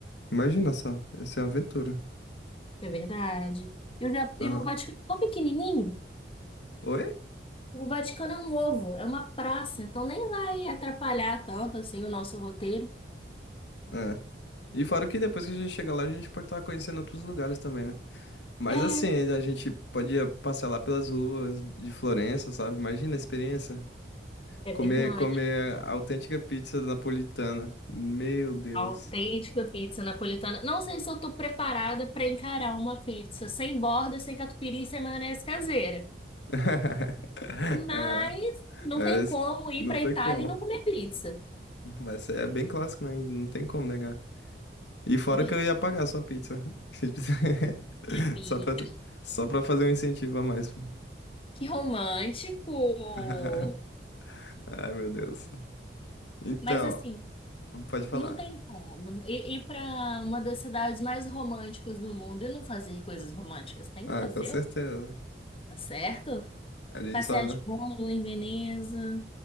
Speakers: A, on the left; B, on the left.
A: Imagina só, essa é uma aventura.
B: É verdade. E o, Ja-
A: Aham.
B: e o Vaticano é tão pequenininho.
A: Oi?
B: O Vaticano é um ovo, é uma praça, então nem vai atrapalhar tanto assim o nosso roteiro.
A: É. E fora que depois que a gente chega lá, a gente pode estar conhecendo outros lugares também, né? Mas
B: É,
A: assim, a gente podia passear lá pelas ruas de Florença, sabe? Imagina a experiência.
B: é
A: Comer,
B: verdade.
A: comer a autêntica pizza napolitana. Meu Deus.
B: Autêntica pizza napolitana. Não sei se eu tô preparada para encarar uma pizza sem borda, sem catupiry, sem maionese caseira.
A: <laughs> É,
B: Mas não
A: é,
B: tem
A: s-
B: como ir
A: não
B: para
A: tem
B: Itália
A: como.
B: e não comer pizza.
A: Vai ser é bem clássico, né? Não tem como negar. E fora
B: É verdade.
A: que eu ia pagar a sua pizza. <laughs>
B: Minha pizza.
A: Só pra, só pra fazer um incentivo a mais.
B: Que romântico.
A: <laughs> Ai, meu Deus. Então,
B: Mas assim,
A: pode falar.
B: não tem como. Ir para uma das cidades mais românticas do mundo e não fazer coisas românticas. Tem
A: Ah,
B: que fazer,
A: com certeza.
B: Tá certo?
A: A gente
B: Passear
A: só.
B: de bolo em Veneza.